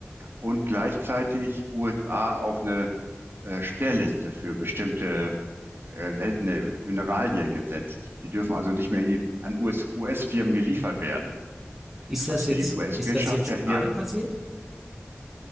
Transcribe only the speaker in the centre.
Ist
das
jetzt,
ist das jetzt
gerade
passiert?